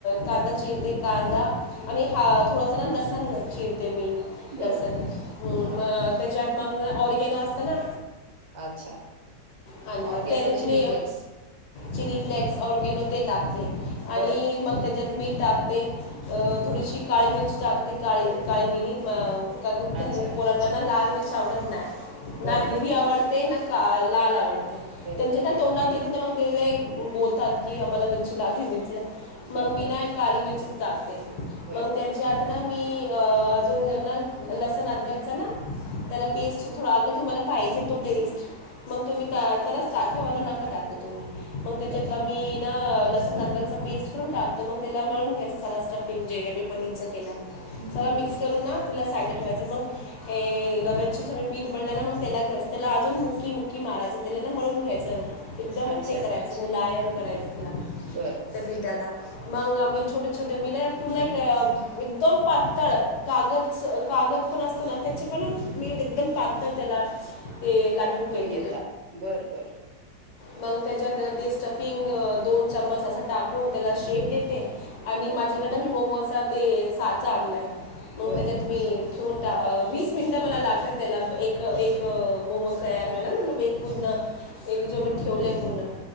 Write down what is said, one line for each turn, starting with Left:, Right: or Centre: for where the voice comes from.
Left: कांदा चिरते कांदा आणि हा थोडंस ना लसण चिरते मी.
Right: बर
Left: लसन
Right: बर
Left: हम्म
Right: हा
Left: मग त्याच्यात मग ऑर्गनो असत ना.
Right: अच्छा
Left: आणि
Right: ऑर्गेनो
Left: त्याच्यात
Right: चिली
Left: मी
Right: फ्लेक्स.
Left: चिली फ्लेक्स ऑर्गनो ते टाकते
Right: बर
Left: आणि मग त्याच्यात. मीठ टाकते थोडीशी काळी मिरच टाकते काळी काळी मिरी मग. काकू ते
Right: अच्छा
Left: पोरांना ना लाल मिरची आवडत नाही
Right: बरोबर
Left: ना हिरवी आवडते ना का लाल आवडते.
Right: बरोबर
Left: त्यांच्या ना
Right: बर
Left: तोंडात येते तर मग बोलतात की आम्हाला मिरची लागले मिरची लागले.
Right: बर
Left: मग मी
Right: बर
Left: ना काली मिरचीच टाकते
Right: बर
Left: मग
Right: बर
Left: त्याच्यात
Right: बर
Left: ना मी. अं अजून ना लसण अदरकच ना. त्याला पेस्ट थोडा अगं तुम्हाला पाहिजे तो टेस्ट. मग तुम्ही
Right: बर
Left: त्यालाच टाका नका टाकू तुम्ही मग त्याच्यात
Right: बर
Left: आम्ही. लसण अदरकच पेस्ट करून टाकतो मग त्याला मळून घ्यायचां सारा स्टफिंग जे आहे मी पनीरचां केला.
Right: हम्म
Left: सगळ मिक्स करून ना. त्याला साइडला ठेवायचं मग हे रव्याची जे मी पीठ मळलेल मग त्याला घ्यायचं त्याला अजून मुकी. मुकी मारायचं त्याला ना मळून घ्यायचं एकदम
Right: अच्छा
Left: ते करायचं मुलायम करायचं. तिला
Right: बर
Left: त्या पिठाला. मग आम्ही छोटे छोटे मी ना पुन्हा एक एकदम पातळ कागद सारख. कागद पण असतं ना त्याचे पण मी एकदम पातळ त्याला ते लाटून घेत.
Right: घेता बर बर.
Left: मग त्याच्यात ते स्टफिंग अं दोन चमच अस टाकून त्याला शेप दे. ते आणि
Right: बर
Left: माझ्याकडनं मी मोमोज ते साचा आणलाय मग
Right: बर
Left: त्याच्यात मी. ठेऊन टा अं वीस मिनिटं मला लागतात त्याला एक एक मोमोज तयार. <unintelligible> एक पूर्ण एक जो मी ठेवलंय पूर्ण.